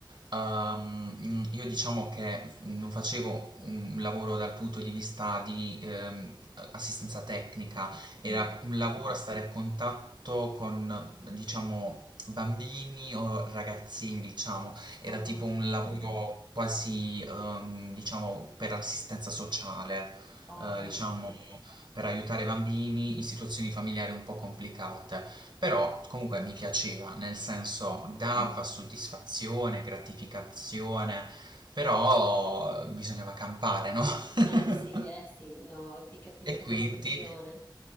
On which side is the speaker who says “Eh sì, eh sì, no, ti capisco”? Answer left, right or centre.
Left